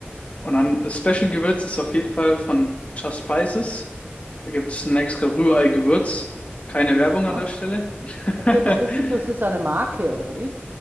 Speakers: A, on the left; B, on the right.
A: Und dann das Special-Gewürz ist auf jeden Fall von Just Spices. Da gibt es ein extra Rührei-Gewürz. Keine Werbung
B: Aha.
A: an der Stelle. <laughs>
B: Okay, was ist das? Das ist eine Marke, oder wie?